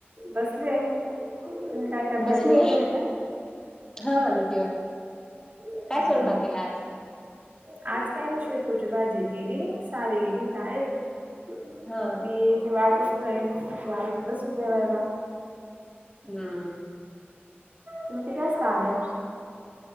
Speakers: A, on the right (about 45°); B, on the left (about 20°).
A: बसले तुम्ही काय करताय
B: बसली
A: ड्युटीवर
B: आहे
A: का
B: हा ड्युटीवर
A: हम्म.
B: काय स्वयंपाक केला आज
A: आज काय नि श पुूज बाजी केली सावी गेली शाळेत ती.
B: हा
A: ते वाट बसतय त आली तर बस जेवायला
B: हां.
A: तुम्ही किती वेष काले.